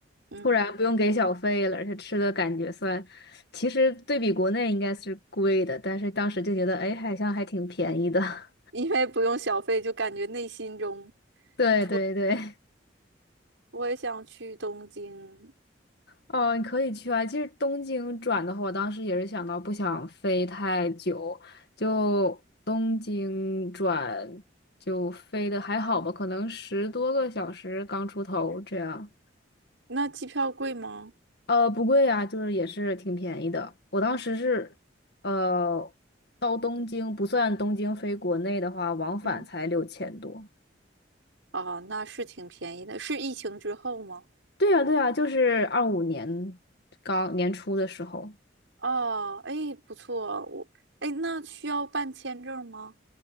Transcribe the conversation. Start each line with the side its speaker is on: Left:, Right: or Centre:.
Right: 嗯，
Left: 突然不用给小费了，而且吃的感觉算，其实对比国内应该是贵的，但是当时就觉得，哎，好像还挺便宜的。<laughs>
Right: 因为不用小费，就感觉内心中
Left: 对对对，
Right: 突，我也想去东京。
Left: 哦，你可以去啊。其实东京转的话，我当时也是想到不想飞太久，就东京转就飞的还好吧，可能十多个小时刚出头这样。
Right: 那机票贵吗？
Left: 呃，不贵呀，就是也是挺便宜的。我当时是，呃，到东京不算东京飞国内的话，往返才六千多。
Right: 嗯，哦，那是挺便宜的，是疫情之后吗？
Left: 对呀，对呀，就是二五年刚年初的时候。
Right: 哦，哎，不错，我，哎，那需要办签证吗？